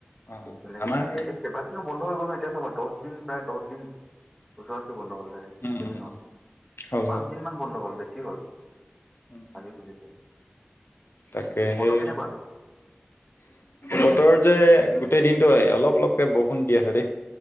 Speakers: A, on the left; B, in the centre.
A: অ
B: তাকে
A: অ
B: বেলেগে
A: আমাৰ
B: একো কথা এই কেবা দিনো বন্ধ হৈ গ'ল নহয়! এতিয়া চাবা দহ দিন প্ৰায় দহ দিন ওচৰা ওচৰি বন্ধ হ'ল চাগে!
A: উম
B: না কেইদিন
A: উম উম
B: হল,
A: হ'ল
B: পাঁচ
A: হ'ল
B: দিন মান বন্ধ হল! বেছি হল
A: উম
B: আজি খুলিছে?
A: তাকে সেয়ে!
B: বতৰ কেনেকুৱা
A: বতৰত যে গোটেই দিনটো হয়, অলপ অলপকে বৰষুণ দি আছে দেই?